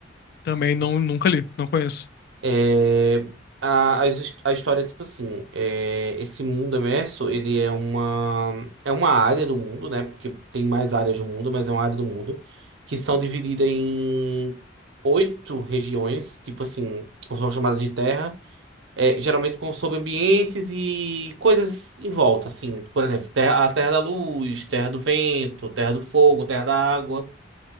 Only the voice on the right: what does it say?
É, a, a, his- a história é tipo assim, é, esse mundo emerso, ele é uma, é uma área do mundo, né? Porque tem mais áreas do mundo, mas é uma área do mundo, que são divididas em oito regiões, tipo assim, são chamadas de terra. É, geralmente com, sobre ambientes e coisas em volta, assim. Por exemplo, terra- a terra da luz, terra do vento, terra do fogo, terra da água.